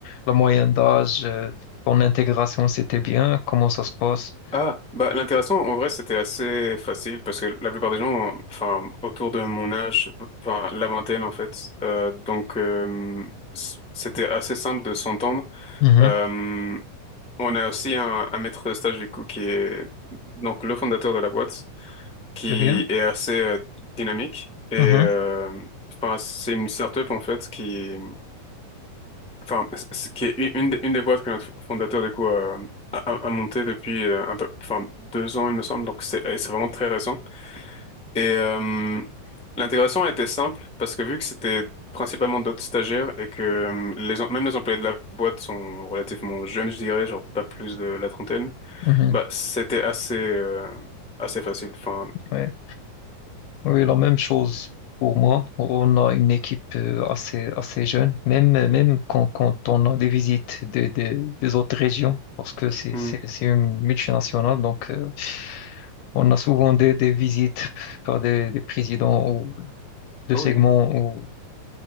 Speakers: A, on the left; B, in the centre.
A: la moyenne d'âge, euh, ton intégration, c'était bien, comment ça se passe?
B: Ah, bah l'intéressant, en vrai, c'était assez facile parce que la plupart des gens, enfin, autour de mon âge, enfin, la vingtaine, en fait, euh, donc euh, c- c'était assez simple de s'entendre.
A: Mhm.
B: Euh, On a aussi un, un maître de stage du coup qui est donc le fondateur de la boîte, qui
A: Très bien.
B: est assez euh, dynamique et euh,
A: Mhm,
B: enfin c'est une startup en fait qui enfin c- c- qui est une, une des une des boîtes que notre fondateur du coup a, a, a montée depuis euh, un peu enfin deux ans il me semble donc c'est c'est vraiment très récent et euh, l'intégration a été simple parce que vu que c'était principalement d'autres stagiaires et que euh, les em- même les employés de la boîte sont relativement jeunes je dirais genre pas plus de la trentaine
A: mhm.
B: bah, c'était assez, euh, assez facile. Enfin,
A: Ouais, Oui, la même chose pour moi. On a une équipe euh, assez, assez jeune, même, euh, même quand, quand on a des visites des, des, des autres régions, parce que c'est,
B: Mhm.
A: c'est, c'est une multinationale, donc euh, on a souvent des, des visites par des, des présidents ou de
B: Ah
A: segments
B: oui,